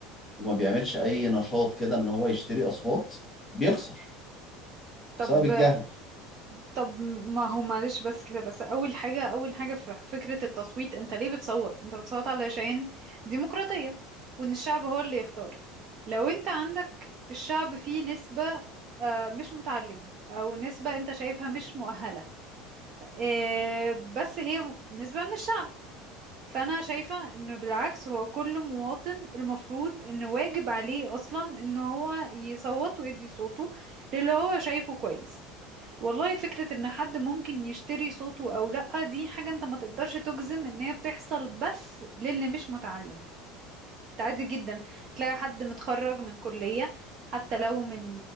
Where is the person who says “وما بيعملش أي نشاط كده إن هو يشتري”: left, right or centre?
Centre